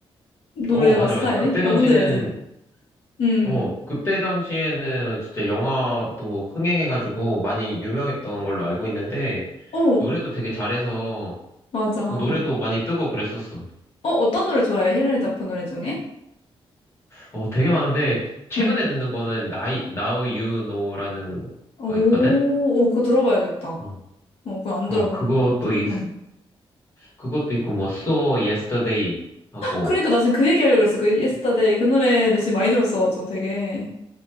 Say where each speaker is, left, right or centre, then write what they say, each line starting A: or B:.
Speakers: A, on the left (about 80°); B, on the left (about 25°).
A: 노래가
B: 어, 맞아,
A: 스타일이?
B: 맞아. 그때
A: 어,
B: 당시는
A: 뭔지 알지? 음,
B: 어, 그때 당시에는 진짜 영화도 흥행해가지고 많이 유명했던 걸로 알고 있는데,
A: 어,
B: 노래도 되게 잘해서,
A: 맞아. 어,
B: 어, 노래도 많이 뜨고 그랬었어.
A: 어떤 노래 좋아해? 힐러리 더프 노래 중에?
B: 어, 되게 많은데, 최근에
A: 응.
B: 듣는 거는 나이, Now You Know라는
A: 오,
B: 거 있거든?
A: 오, 그거 들어봐야겠다.
B: 어,
A: 어, 그거 안
B: 어,
A: 들어본
B: 그것도
A: 것 같아.
B: 있,
A: 응.
B: 그것도 있고, 뭐, So Yesterday 하고,
A: 그러니까 나 지금 그 얘기하려고 그랬어. 그 Yesterday 그 노래를 지금 많이 들었어가지고 되게.